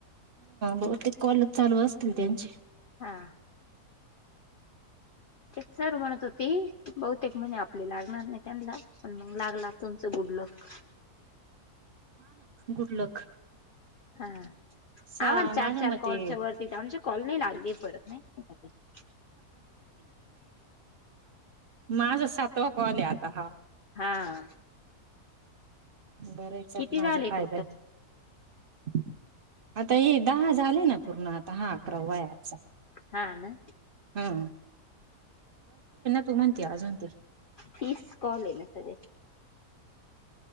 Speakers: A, on the right; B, on the left.
A: बहुतेक कॉल चालू असेल त्यांचे
B: हा ते सर म्हणत होतेबहुतेक लागणार नाही. आपल्याला तुमचं गुड लक
A: गुड लक
B: आम्हाला
A: सा
B: चार
A: माझ्या
B: चार
A: मते
B: कॉलच्या वरती कॉल नाही लागले परत माहीत आहे काय ते
A: माझ सातवा कॉल आहे आता हा <unintelligible>
B: हा
A: बरं चाल
B: किती झाले
A: माझा फायदा
B: टोटल
A: आहे. आता दहा झाले पूर्ण आता हा अकरावा आहे. आजचा
B: हा ना
A: हा तु म्हणती अजून तर
B: फीस कॉले ना सर <unintelligible>